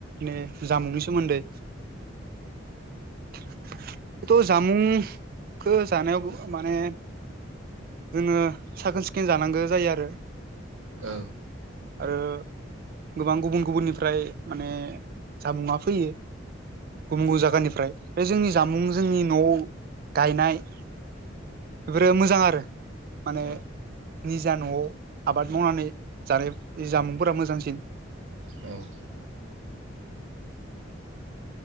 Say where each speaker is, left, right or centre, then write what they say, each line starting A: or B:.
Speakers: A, on the right; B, on the right.
A: माने जामुंनि सोमोन्दै <unintelligible> थ' जामुं खो जानायाव बो माने जोङो साखोन सिखोन जानांगो जायो आरो।
B: औ
A: आरो गोबां गुबुन गुबुननिफ्राय माने जामुंआ फैयो। गुबुन गुबुन जागानिफ्राय बे जोंनि जामुं जोंनि न' आव गायनाय बेफोरो मोजां आरो। माने
B: औ
A: निजा न'आव आबाद मावनानै जानाय जामुंफोरा मोजांसिन।
B: औ